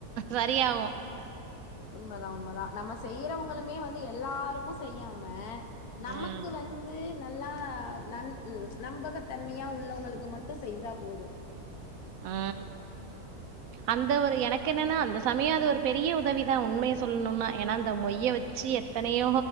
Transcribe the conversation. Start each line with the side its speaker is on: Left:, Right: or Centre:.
Right: சரியாவு
Left: உண்மதான உண்மதான நம்ம செய்யறவங்களுமே வந்து எல்லாருக்கு செய்யாம நமக்கு
Right: ம்,
Left: வந்து நல்லா ந நம்பகத்தன்மையா உள்ளவங்களுக்கு மட்டு செஞ்சா போது
Right: ஆ அந்த ஒரு எனக்கு என்னன்னா அந்த சமய அது ஒரு பெரிய உதவி தா உண்மய சொல்லணுனா ஏன்னா அந்த மொய்ய வச் ச்சு எத்தனையோ